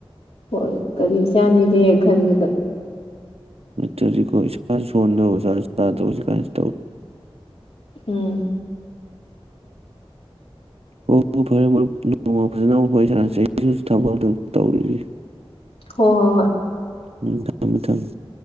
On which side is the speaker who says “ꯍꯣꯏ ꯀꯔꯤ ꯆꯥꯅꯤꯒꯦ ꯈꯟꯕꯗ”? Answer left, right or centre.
Left